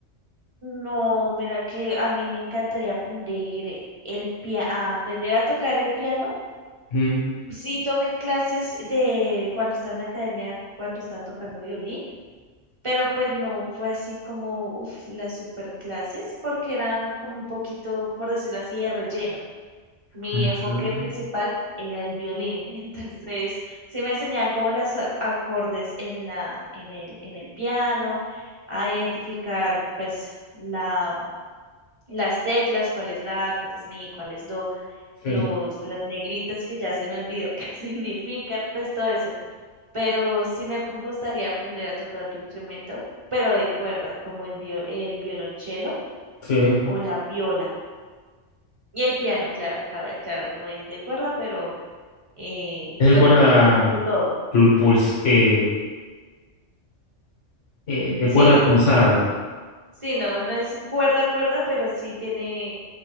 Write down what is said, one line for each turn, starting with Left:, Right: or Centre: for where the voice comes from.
Right: No, mira que a mí me encantaría aprender el pia- a aprender a tocar el piano
Left: Mm.
Right: Sí tomé clases de cuando estaba en la academia, cuando estaba tocando violín, pero pues no fue así como, uff, las super clases, porque eran como un poquito, por decirlo así, de relleno. Mi
Left: Ah,
Right: enfoque principal era el violín, <laughs> entonces sí me enseñaban como los a- acordes en la, en el, en el piano, a identificar pues la, las teclas, cuál es la, cuál es mi, cuál es do los,
Left: sí,
Right: las negritas que ya se me olvidó <laughs> qué significa, pues todo eso. Pero sí me gustaría aprender a tocar otro instrumento, pero de cuerda, como el, vio- el violonchelo
Left: sí.
Right: o la viola. Y el piano, claro, cabe aclarar, no es de cuerda, pero eh,
Left: Es de
Right: bueno,
Left: cuerda
Right: no, no es su todo.
Left: pul- puls- eh, eh, de
Right: Sí,
Left: cuerda pulsada.
Right: sí, no, no es cuerda, cuerda, pero sí tiene,